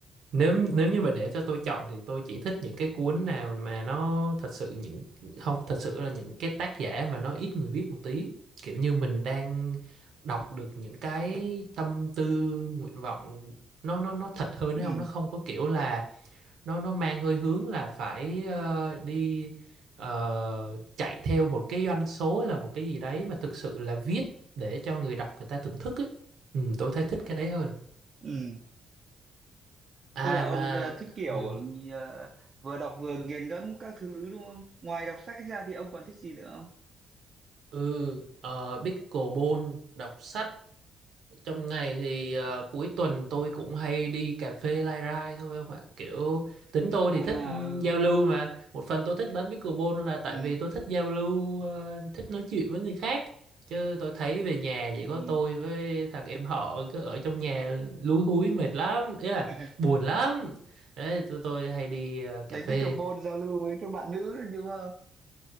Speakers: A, on the right; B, on the right.
A: nếu nếu như mà để cho tôi chọn thì tôi chỉ thích những cái cuốn nào mà nó thật sự những không thật sự là những cái tác giả mà nó ít người biết một tí kiểu như mình đang đọc được những cái tâm tư nguyện vọng nó nó nó thật hơn
B: ừ
A: đấy ông nó không có kiểu là nó nó mang hơi hướng là phải ờ, đi ờ, chạy theo một cái doanh số hay là một cái gì đấy mà thực sự là viết để cho người đọc người ta thưởng thức ấy. Ừ, tôi thấy thích cái đấy hơn.
B: ừ
A: À
B: tức là
A: mà
B: ông ờ, thích kiểu
A: ừ,
B: ờ, vừa đọc vừa nghiền ngẫm các thứ đúng không ngoài đọc sách ra thì ông còn thích gì nữa không
A: ừ ờ, pickleball, đọc sách trong ngày thì ờ, cuối tuần tôi cũng hay đi cà phê lai rai thôi không ạ kiểu tính tôi thì
B: à
A: thích ừ, giao lưu mà một phần tôi thích đánh pickleball là tại
B: ừ
A: vì tôi thích giao lưu ờ, thích nói chuyện với người khác chứ tôi thấy về nhà chỉ
B: ừ,
A: có tôi với thằng em họ cứ ở trong nhà lúi húi mệt lắm ý là
B: ừ. <laughs>
A: buồn lắm đấy tôi, tôi hay đi ờ, cà
B: đánh
A: phê
B: pickleball giao lưu với các bạn nữ đúng không